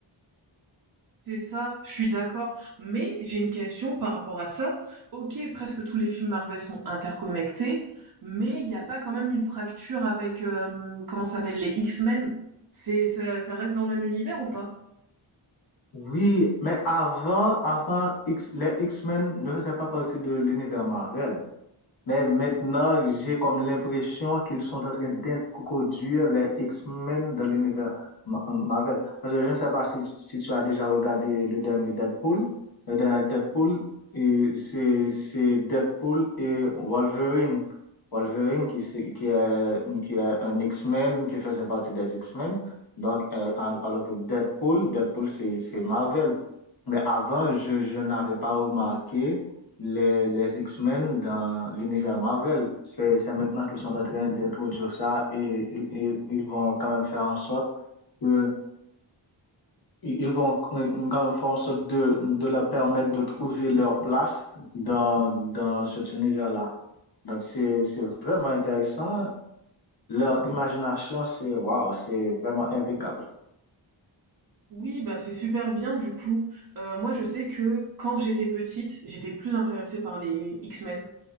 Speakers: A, on the right; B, on the left.
A: C'est ça, je suis d'accord, mais j'ai une question par rapport à ça. OK, presque tous les films Marvel sont interconnectés, mais il y a pas quand même une fracture avec, hem, comment ça s'appelle? Les X-Men? C'est ça ça reste dans le même univers ou pas?
B: Oui, mais avant, avant X, les X-Men ne faisaient pas partie de l'univers Marvel. Mais maintenant, j'ai comme l'impression qu'ils sont en train d'introduire les X-Men dans l'univers Ma- Marvel. Parce que je ne sais pas si, si tu as déjà regardé le dernier Deadpool. Le dernier Deadpool, et c'est c'est Deadpool et Wolverine. Wolverine qui, c'est- qui est, qui est un X-Men, qui faisait partie des X-Men. Donc, euh, al- alors que Deadpool, Deadpool, c'est c'est Marvel. Mais avant, je, je n'avais pas remarqué les, les X-Men dans l'univers Marvel. C'est c'est maintenant qu'ils sont en train d'introduire ça et ils, ils- ils vont quand même faire en sorte que ils ils vont quand même faire en sorte de, de leur permettre de trouver leur place dans, dans cet univers-là. Donc, c'est, c'est vraiment intéressant. Leur imagination, c'est waouh, c'est vraiment impeccable.
A: Oui, bah c'est super bien du coup. Euh, moi, je sais que quand j'étais petite, j'étais plus intéressée par les X-Men.